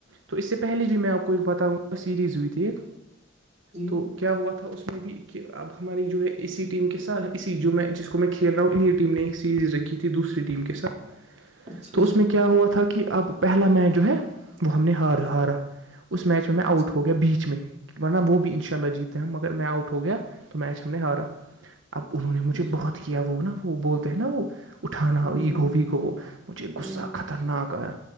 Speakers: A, on the right; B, on the right.
A: تو اس سے پہلے بھی میں آپ کو ایک بتاؤں گا سیریز ہوئی تھی ایک
B: جی
A: تو کیا ہوا تھا اس میں بھی کہ اب ہماری جو ہے اسی ٹیم کے سات اسی جو میں جس کو میں کھیل رہا ہوں انہیں ٹیم نے ایک سیریز رکھی تھی دوسری ٹیم کے ساتھ
B: اچھا
A: تو اس
B: جی
A: میں کیا ہوا تھا کہ اب پہلا میچ جو ہے وہ ہم نے ہار ہارا اس میچ میں میں
B: اچھا
A: آؤٹ ہو گیا بیچ میں ورنہ وہ بھی ان شاء اللہ جیتے ہیں مگر میں آؤٹ ہو گیا میچ ہم نے ہارا اب انہوں نے مجھے
B: جی
A: بہت کیا وہ نا وہ بولتے ہیں نا وہ اٹھانا
B: ہوں
A: ایگو ویگو مجھے غصہ
B: ہوں
A: خطرناک آیا